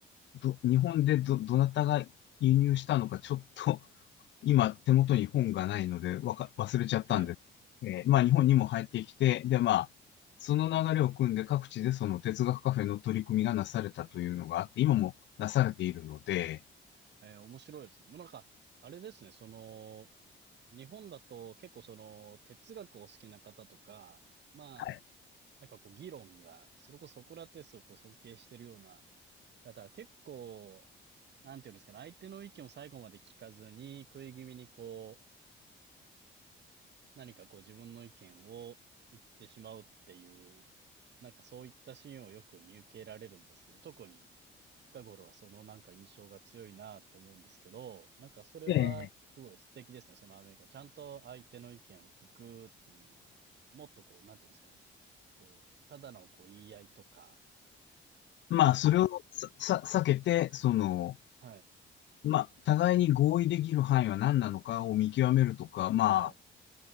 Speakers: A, on the left; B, on the right.
A: ど、日本でど、どなたが輸入したのか、ちょっと、<laughs> 今、手元に本がないので、わか、忘れちゃったんです。
B: はい。
A: えーまあ、日本にも入ってきて、で、まあ、その流れを組んで、各地でその哲学カフェの取り組みがなされたというのがあって、今もなされているので、
B: えー面白いですね。でもなんか、あれですね、その、日本だと結構その、哲学を好きな方とか、まあ、
A: はい。
B: なんかこう議論が、それこそソクラテスをこう尊敬してるような方は結構、なんていうんですかね、相手の意見を最後まで聞かずに、食い気味にこう、何かこう自分の意見を言ってしまうっていう、なんかそういったシーンをよく見受けられるんですけど、特に近頃はそのなんか印象が強いなと思うんですけど、なんかそれはすごい素敵ですね、
A: ええ
B: そのアメリカ。ちゃんと相手の意見を聞くっていう、もっとこう、なんていうんですかね、こう、ただのこう言い合いとか、
A: まあ、
B: こう、
A: それをさ、さ、避けて、その、
B: はい。
A: まあ、互いに合意できる範囲は何なのかを見極めるとか、まあ、
B: はい。